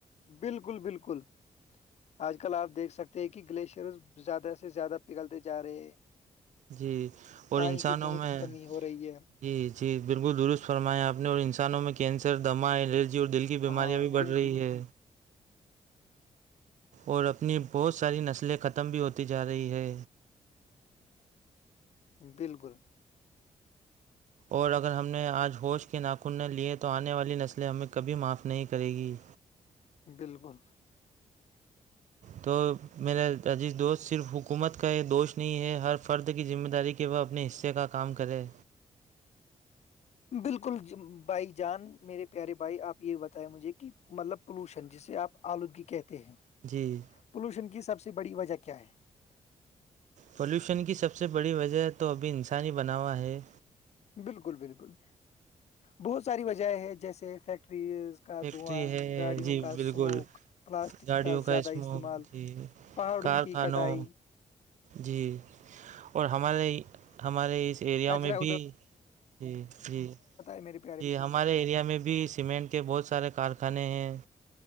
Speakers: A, on the left (about 65°); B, on the right (about 80°).
A: بالکل بالکل آج کل آپ دیکھ سکتے ہیں کہ گلیشیرز زیادہ سے زیادہ پگلتے جا رہے ہیں
B: جی اور
A: پانی
B: انسانوں
A: کی بہت
B: میں
A: کمی ہو رہی ہے
B: جی جی بالکل درست فرمایا آپ نے اور انسانوں میں کینسر دما الرجی اور دل کی کی بیماریاں
A: ہاں
B: بھی
A: بالکل
B: بڑھ رہی
A: بالکل
B: ہے اور اپنی بہت ساری نسلیں ختم بھی ہوتی جا رہی ہے
A: بالکل
B: اور اگر ہم نے آج ہوش کے ناخن نے لیے تو آنے والی نسلیں ہمیں کبھی معاف نہیں کرے گی
A: بالکل
B: تو میرا عزیز دوست صرف حکومت کا یہ دوش نہیں ہے ہر فرد کی ذمہ داری کی کہ وہ اپنے حصے کا کام کرے
A: بالکل بائک جان میرے پیارے بھائی آپ یہ بتائے مجھے کہ مطلب پولوشن جسے آپ آلودگی کہتے ہیں
B: جی
A: پولوشن کی سب سے بڑی وجہ کیا ہے
B: پلیوشن کی سب سے بڑی وجہ تو ابھی انسانی بنا ہوا ہے
A: بالکل بالکل بہت ساری وجہ ہے جیسے فییکٹرز کا
B: فیکٹری
A: دعاں
B: ہے
A: گاڑیوں
B: جی
A: کا
B: بالکل
A: سموک پلاسٹک
B: گاڑیوں
A: کا زیادہ
B: اسموک
A: استعمال
B: جی
A: پہاڑوں
B: کارخانوں
A: کی کٹائی
B: جی اور ہمارے ہمارے اس ایریا
A: کچرا
B: میں بھی جی جی
A: میرری
B: جی ہمارے ایریا میں بھی سیمنٹ کے بہت سارے کارخانے ہیں